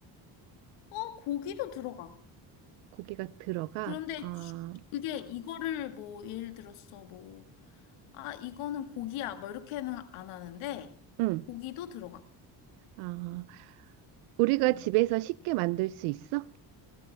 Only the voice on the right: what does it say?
고기가 들어가.
아,
응.
아, 우리가
집에서 쉽게 만들 수 있어?